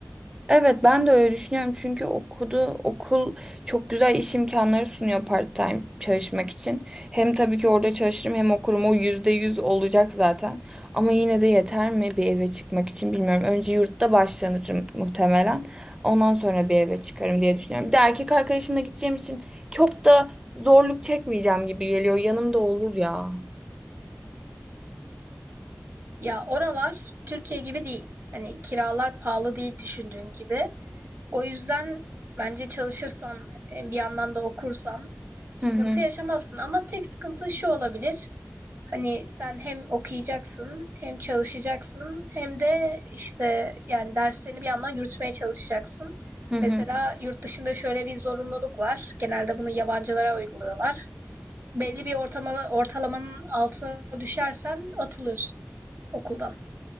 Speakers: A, on the right; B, on the right.
A: Evet ben de öyle düşünüyorum çünkü okudu okul çok güzel iş imkanları sunuyor part-time çalışmak için. Hem tabii ki orada çalışırım hem okurum o yüzde yüz olacak zaten. Ama yine de yeter mi bir eve çıkmak için bilmiyorum. Önce yurtta başlanırım muhtemelen. Ondan sonra bir eve çıkarım diye düşünüyorum. Bir de erkek arkadaşımla gideceğim için çok da zorluk çekmeyeceğim gibi geliyor. Yanımda olur ya.
B: Ya oralar Türkiye gibi değil. Hani kiralar pahalı değil düşündüğün gibi. O yüzden bence çalışırsan, e, bir yandan da okursan sıkıntı
A: Hı hı.
B: yaşamazsın. Ama tek sıkıntı şu olabilir. Hani sen hem okuyacaksın, hem çalışacaksın, hem de işte yani derslerini bir yandan yürütmeye çalışacaksın.
A: Hı hı.
B: Mesela yurt dışında şöyle bir zorunluluk var. Genelde bunu yabancılara uyguluyorlar belli bir ortama, ortalamanın altına düşersen atılıyorsun okuldan.